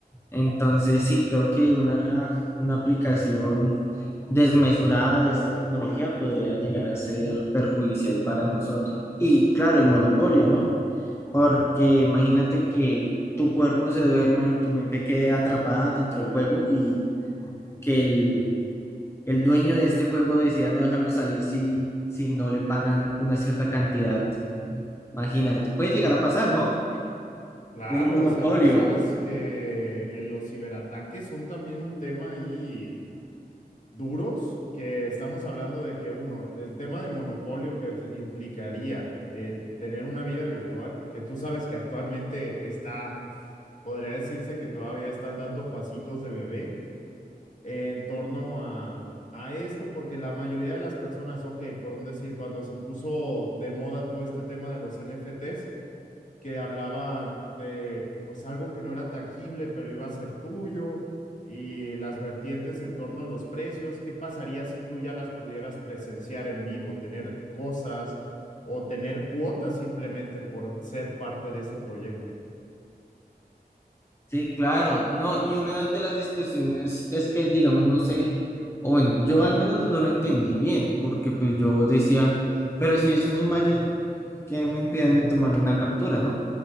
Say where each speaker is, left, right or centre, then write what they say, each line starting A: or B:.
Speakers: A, on the left (about 15°); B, on the left (about 50°).
A: Entonces, sí, creo que una, una aplicación desmesurada de esta tecnología podría llegar a ser perjudicial para nosotros. Y claro, el monopolio, ¿no? Porque imagínate que tu cuerpo se duerma y tu mente quede atrapada dentro del juego y que el, el dueño de este juego decida no dejarlo salir si, si no le pagan una cierta cantidad. Imagínate, puede llegar a pasar, ¿no?
B: Claro,
A: Un monopolio.
B: o sea, tú sabes que eh, los ciberataques son también un tema ahí duros, que estamos hablando de que uno, el tema de monopolio que te- implicaría eh, tener una vida virtual, que tú sabes que actualmente está, podría decirse que todavía están dando pasitos de bebé eh, en torno a, a esto, porque la mayoría de las personas, ok, por un decir, cuando se puso de moda todo este tema de los NFTs, que hablaban de pues algo que no era tangible, pero iba a ser tuyo y las vertientes en torno a los precios. ¿Qué pasaría si tú ya las pudieras presenciar en vivo, tener cosas o tener cuotas simplemente por ser parte de ese proyecto?
A: Sí, claro, no, y una de las discusiones es que, digamos, no sé, o bueno, yo al menos no lo entendí bien, porque pues yo decía, pero si es una imagen que me impide a mí tomarle una captura, ¿no?